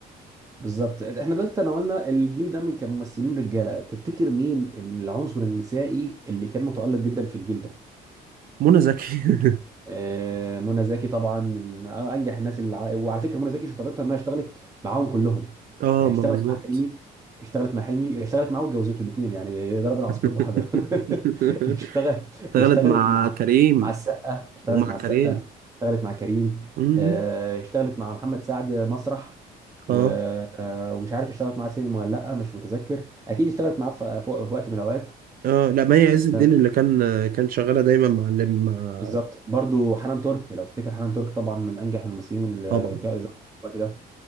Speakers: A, on the right; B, on the right.
A: بالظبط احنا دلوقتي تناولنا الجيل ده من كممثلين رجاله تفتكر مين العنصر النسائي اللي كان متألق جدا في الجيل ده
B: منى زكي <laughs>
A: آه، منى زكي طبعا من انجح الناس اللي ع- وعلى فكره منى زكي شطارتها انها اشتغلت معاهم كلهم
B: اه
A: يعني
B: ما
A: اشتغلت
B: بالظبط
A: مع حلمي اشتغلت مع حلمي اشتغلت معاه واتجوزته الاثنين يعني ضربت عصفورين
B: <laughs>
A: بحجر <laughs> اشتغل
B: اشتغلت
A: اشتغلت
B: مع
A: مع
B: كريم
A: مع السقا اشتغلت
B: ومع
A: مع
B: كريم
A: السقا اشتغلت مع كريم
B: مم.
A: آه، اشتغلت مع محمد سعد مسرح و...
B: اه
A: آه، ومش عارف اشتغلت معاه سينما ولا لا مش متذكر اكيد اشتغلت معاه في في- في وقت من الاوقات
B: اه لا مي عز الدين
A: آه،
B: اللي كان كان شغاله دايما مع اللي مع
A: بالظبط برضو حنان ترك لو تفتكر حنان ترك طبعا من انجح الممثلين اللي
B: طبعا
A: كانوا ظهروا في الوقت ده